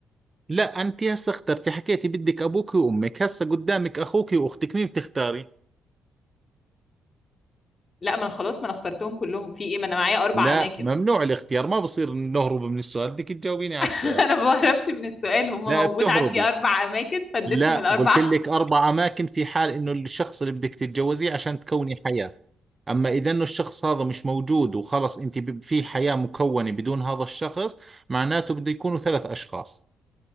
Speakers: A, on the right; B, on the left.
A: لا انت هسه اخترتي حكيتي بدك ابوك وامك هسه قدامك اخوك واختك مين بتختاري
B: لا ما انا خلاص ما انا اخترتهم كلهم في ايه ما انا معايا اربع
A: لا
B: اماكن
A: ممنوع الاختيار ما بصير نهرب من السؤال بدك تجاوبيني على السؤال
B: <laughs> انا ما بعرفش من السؤال هم
A: لا
B: موجود
A: بتهربي
B: عندي اربع اماكن فاديتهم
A: لا
B: الاربعه
A: قلت لك اربع اماكن في حال انه الشخص اللي بدك تتجوزيه عشان تكوني حياة اما اذا انه الشخص هذا مش موجود وخلص انت ب- في حياة مكونة بدون هذا الشخص معناته بده يكونوا ثلاث اشخاص